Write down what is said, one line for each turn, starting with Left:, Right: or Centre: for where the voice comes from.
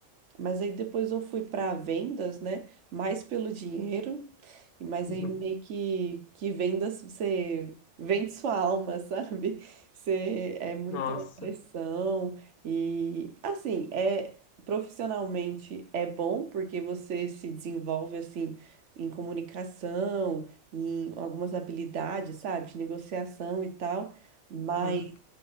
Right: mas aí depois eu fui para vendas, né? Mais pelo dinheiro. Mas
Left: Uhum.
Right: aí meio que, que vendas, você vende sua alma, <laughs> sabe? Você é muita
Left: Nossa.
Right: pressão e assim, é profissionalmente é bom porque você se desenvolve assim em comunicação, em algumas habilidades, sabe? De negociação e tal, mas
Left: Hum.